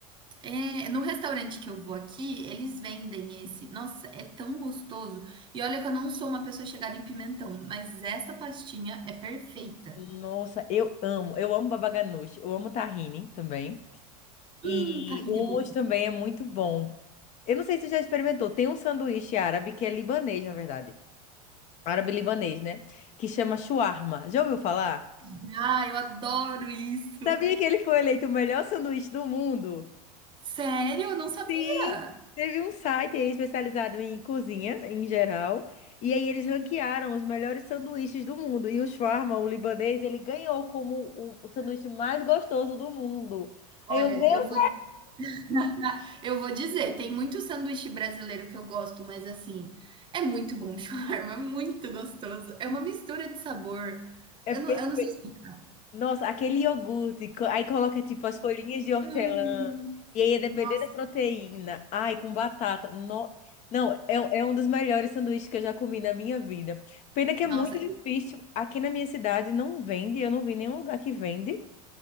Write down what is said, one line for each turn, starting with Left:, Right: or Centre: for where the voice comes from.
Right: É, no restaurante que eu vou aqui, eles vendem esse. Nossa, é tão gostoso. E olha que eu não sou uma pessoa chegada em pimentão, mas essa pastinha é perfeita.
Left: Nossa, eu amo. Eu amo baba ganoush. Eu amo tahine também.
Right: Hum,
Left: E
Right: tahine
Left: hummus
Right: é bom.
Left: também é muito bom. Eu não sei se você já experimentou. Tem um sanduíche árabe que é libanês, na verdade. Árabe-libanês, né? Que chama shawarma. Já ouviu falar?
Right: demais. Ah, eu adoro isso.
Left: Sabia que ele foi eleito o melhor sanduíche do mundo?
Right: Sério? Eu não sabia.
Left: Sim, teve um site aí especializado em cozinha, em geral, e aí eles ranquearam os melhores sanduíches do mundo. E o shawarma, o libanês, ele ganhou como o, o sanduíche mais gostoso do mundo. Aí
Right: Olha,
Left: eu, meu Deus,
Right: eu vou <laughs> Ah, eu vou dizer, tem muito sanduíche brasileiro que eu gosto, mas assim, é muito bom <laughs> o shawarma, é muito gostoso. É uma mistura de sabor.
Left: é
Right: Eu
Left: per-
Right: não, eu não sei explicar.
Left: Nossa, aquele iogurte, co- aí coloca tipo as folhinhas de hortelã,
Right: Hum,
Left: e aí é depender
Right: nossa,
Left: da proteína, ai, com batata. No... Não, é, um- é um dos melhores sanduíches que eu já comi na minha vida. Pena que é
Right: nossa,
Left: muito difícil. Aqui na minha cidade não vende, eu não vi nenhum lugar que vende.